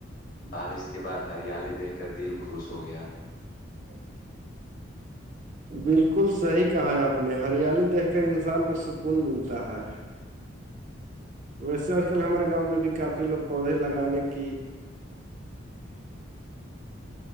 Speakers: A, on the left (about 45°); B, on the right (about 40°).
A: بارش اس کے بعد ہریالی دیکھ کر دل خوش ہو گیا
B: ہاں بالکل صحیح کہا ہے آپ نے ہریالی دیکھ کر انسان کو سکون ملتا ہے ویسے آج کل ہمارے گاؤں میں بھی کافی لوگ پودے لگانے کی